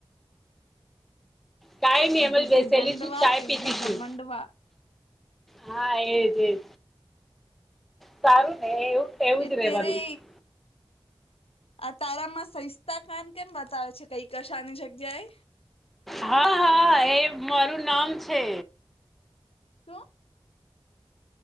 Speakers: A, in the centre; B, on the left (about 80°).
A: કાય નિ
B: જિંદગી
A: અમલ વેસેલી
B: જંડવા
A: ચય
B: ફિર
A: પીતી
B: ભી
A: છું.
B: ઘમંડવા
A: હા એજ એજ સારું ને એવું. એવું
B: એ
A: જ
B: તેરે.
A: રેવાનું
B: આ તારામાં સસ્તા કંડ કેમ બતાવે છે કઈ કશાની જગ્યાએ.
A: હા હા હ મારું નામ છે.
B: શું?